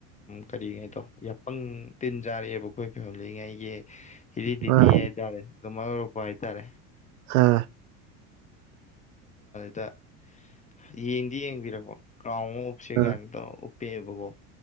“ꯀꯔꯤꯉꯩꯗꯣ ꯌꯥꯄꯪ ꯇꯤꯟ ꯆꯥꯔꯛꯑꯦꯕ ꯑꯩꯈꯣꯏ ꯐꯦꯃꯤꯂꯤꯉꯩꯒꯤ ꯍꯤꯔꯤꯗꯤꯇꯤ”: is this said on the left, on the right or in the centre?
Left